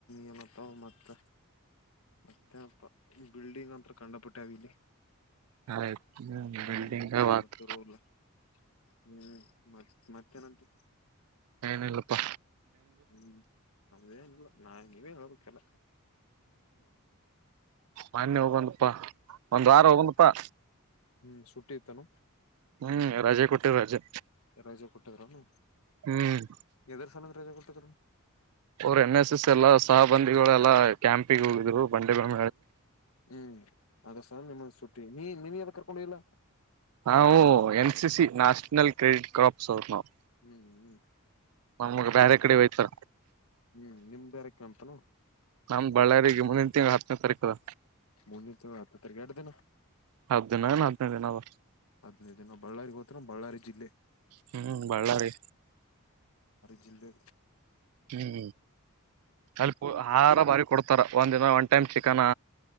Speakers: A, on the left; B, on the right.
A: ಏನಪ್ಪ ಮತ್ತ ಮತ್ತೆನಪ್ಪ ಬಿಲ್ಡಿಂಗ್ ಅಂತ ಕಖಂಡಪುಟ್ಟಾವಲ್ಲಿ
B: ಆಯ್ತು
A: ಹ್ಮ್
B: ಬಿಲ್ಡಿಂಗ್
A: ಹ
B: ಆತ್
A: ಶುರುಲ್ಲ ಹ್ಮ್ ಮತ್ ಮತ್ತೇನಂತೆ
B: ನಲ್ಲಪ್ಪ
A: ಹ್ಮ್ ನಮ್ದೇನಲ್ಲ ನಾ ನೀವೇ ಹೋಗಕ್ಕೆಲ್ಲ
B: ಮಾನ್ಯ ಹೋಗಂದಪ್ಪಾ ಒಂದ್ ವಾರ ಹೋಗಂದಪ್ಪಾ
A: ಹ್ಮ್ ಸುಟ್ಟಿತಾನ
B: ಹ್ಮ್ ರಜೆ ಕೊಟ್ಟ ರಾಜಜೆ
A: ರಜೆ ಕೊಟ್ಟಿದ್ರನು
B: ಹ್ಮ್
A: ಎದರ್ ಸಲದ ರಜೆ ಕೊಟ್ಟಿದ್ರ
B: ಅವರು ಎನ್ ಎಸ್ ಎಸ್ ಎಲ್ಲಾ ಸಹಬಂದಿಗಳೆಲ್ಲಾ ಕ್ಯಾಂಪಿಗೆ ಹೋಗಿದ್ರು ಬಂಡೆ ಬ
A: ಹ್ಮ್ ಅದಸ ನಿಮ್ಮ ಸುಟ್ಟಿ ನೀ ನೀನ್ ಯದ ಕರ್ಕೊಂಡ ಹೋಗಿಲ್ಲ
B: ನಾವು N C C national credit crops ಅವರು ನಾವು
A: ಹ್ಮ್ ಹ್ಮ್
B: ನಮ್ಗ್ ಬೇರೆ ಕಡೆ
A: ಹ್ಮ
B: ಹೋಯ್ತಾರ
A: ಹ್ಮ್ ನಿಮ ಬೇರೆ ಕಂತನು
B: ನಮ್ ಬಳ್ಳಾರಿಗೆ ಮುಂದಿನ ತಿಂಗಳು ಹತ್ತನೇ ತಾರೀಕದ
A: ಮುಂದಿನ ತಿಂಗಳು ಹತ್ತ ತಾರೀಕು ಎರಡು ದಿನ
B: ಹಬ್ ದಿನ ಹಬ್ನ ದಿನದ
A: ಹದ್ದು ನ ಬಳ್ಳಾರಿಗೆ ಹೋತ್ರ ಬಳ್ಳಾರಿ ಜಿಲ್ಲೆ
B: ಹ್ಮ್ ಬಳ್ಳಾರಿ
A: ಜಿಂದೆ
B: ಹ್ಮ್ ಅಲ್ಲಿ ಆಹಾರ ಬಾರಿ ಕೊಡ್ತ ರ ಒಂದ ದಿನ ಒನ್ ಟೈಮ್ ಚಿಕನ್